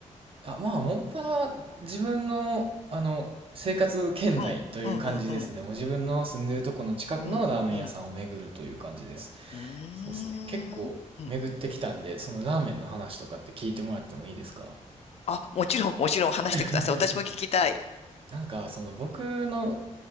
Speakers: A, on the right; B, on the left.
A: あ、まあ、もっぱら自分の、あの、生活圏内という感じですね。
B: うん、うん、うん、うん、
A: もう自分の住んでるとこの近くのラーメン屋さんを巡るという感じです。
B: うん、うん、うーん。
A: そうですね。結構巡ってきたんで、
B: うん
A: そのラーメンの話とかって聞いてもらってもいいですか
B: あ、もちろん、もちろん話してください。
A: <laughs>
B: 私も聞きたい。
A: なんか、その僕の、